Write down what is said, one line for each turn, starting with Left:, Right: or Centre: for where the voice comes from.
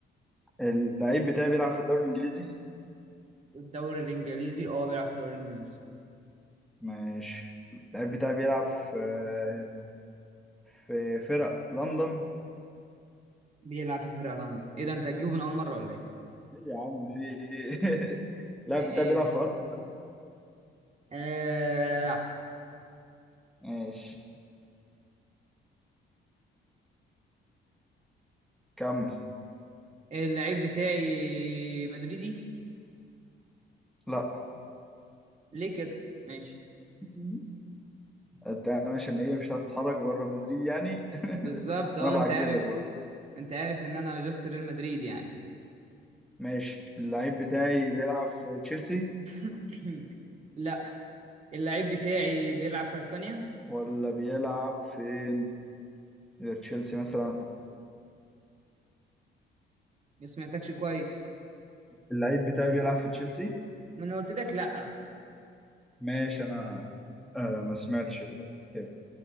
Centre: اللعيب بتاعي بيلعب في الدوري الانجليزي
Right: الدوري الانجليزي اه بيلعب في الدوري الانجليزي
Centre: ماشي اللعيب بتاعي بيلعب في آه، في فرق لندن
Right: بيلعب في فرقة لندن ايه ده انت هتجيبه من اول مرة ولا ايه
Centre: ايه يا عم في ايه <laughs> اللاعب
Right: ايه
Centre: بتاعي بيلعب في ارسنال
Right: آه لا
Centre: ماشي كمل
Right: اللعيب بتاعي مدريدي
Centre: لا
Right: ليه كده ماشي
Centre: مم. انت انا عشان ايه مش هتعرف تتحرك بره مدريد يعني
Right: بالظبط
Centre: <laughs>
Right: اه
Centre: فانا بعجزك
Right: انت عارف
Centre: بقى
Right: انت عارف ان انا جاست ريال مدريد يعني
Centre: ماشي اللعيب بتاعي بيلعب في تشيلسي
Right: <coughs> لا اللعيب بتاعي بيلعب في اسبانيا
Centre: ولا بيلعب فين غير تشيلسي مثلا
Right: ما سمعتكش كويس
Centre: اللعيب بتاعي بيلعب في تشيلسي
Right: ما انا قلت لك لا
Centre: ماشي انا آه ما سمعتش ال- كده